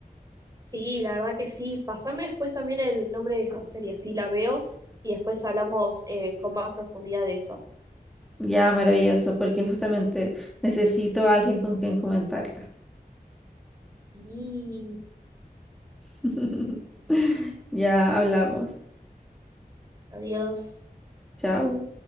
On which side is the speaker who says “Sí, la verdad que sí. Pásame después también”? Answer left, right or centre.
Right